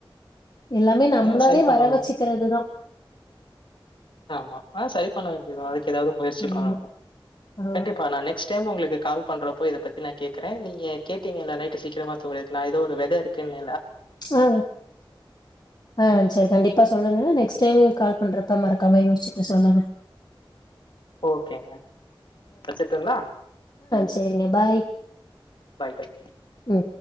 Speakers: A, on the left; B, on the left.
A: எல்லாமே நம்மளாவே
B: அ சரி பண்ணணும்.
A: வர வச்சுக்கிறதுதா
B: ஆமா ஆனா சரி பண்ண வேண்டியதுதா அது க்கு எதாவது முயற்சி
A: ஆமா
B: பண்ணணு
A: ஆ
B: கண்டிப்பா நெக்ஸ்ட் டைமு உங்களுக்கு கால் பண்றப்போ இத பத்தி நா கேக்குறே நீங்க கேட்டீங்கல்ல நைட்டு சீக்கிரமா தூங்கறக்கு நான் எதோ ஒரு வெத இருக்குன்ன
A: ஆ ஆ ஆ சேரி கண்டிப்பா சொல்லுங்க நெக்ஸ்ட் டைமு கால் பண்றப் ப மறக்காம யோசிச்சுட்டு சொல்லுங்க
B: ஓகேங்க வெச்சிர்டுங்ளா
A: செரிங்க பாய்
B: பாய் பாய்
A: ம்